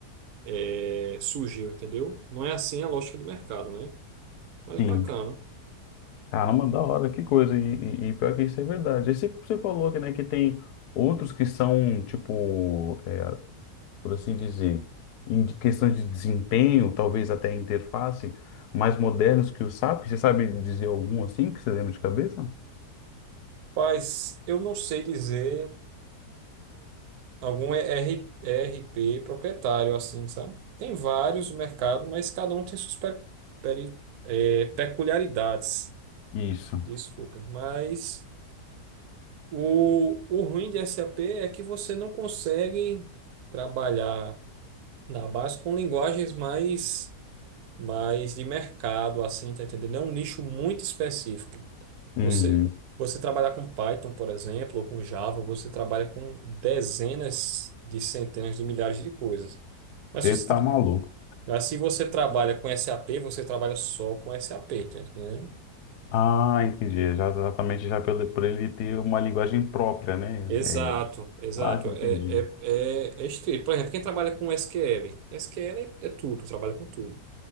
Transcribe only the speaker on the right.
é, surgiu, entendeu? Não é assim a lógica do mercado, né? Mas
bacana.
Mas eu não sei dizer. algum ER ERP proprietário, assim, sabe? Tem vários no mercado, mas cada um tem suas pe- peri- eh, peculiaridades.
Desculpe, mas o, o ruim de SAP é que você não consegue trabalhar na base com linguagens mais, mais de mercado, assim, tá entendendo? É um nicho muito específico.
Você, você trabalhar com Python, por exemplo, ou com Java, você trabalha com dezenas de centenas de milhares de coisas. Mas
se você,
tra-
mas se você trabalha com SAP, você trabalha só com SAP, tá entendendo?
Exato,
exato.
É, é, é, é estrito. Por exemplo, quem trabalha com SQL? SQL é, é tudo, trabalha com tudo.